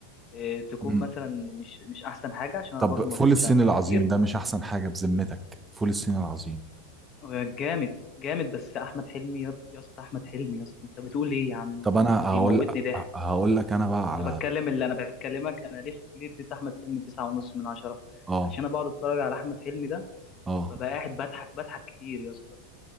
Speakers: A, on the left; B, on the right.
A: اه، تكون
B: مم.
A: مثلا مش مش احسن حاجة عشان انا
B: طب
A: برضو ما
B: فول
A: بتفرجش
B: الصين
A: على افلام
B: العظيم
A: كتير
B: ده مش احسن حاجة بذمتك فول الصين العظيم
A: اه، جامد جامد بس احمد حلمي يا يا اسطى احمد حلمي يا اسطى انت بتقول ايه يا عم
B: طب انا
A: كان بيموتني
B: هقول
A: ضحك
B: هقول لك انا بقى
A: انا
B: على
A: بتكلم اللي انا بكلمك انا ليه ليه اديت احمد حلمي تسعة ونص من عشرة
B: اه
A: عشان انا بقعد اتفرج على احمد حلمي ده
B: اه
A: ببقى قاعد بضحك بضحك كتير يا اسطى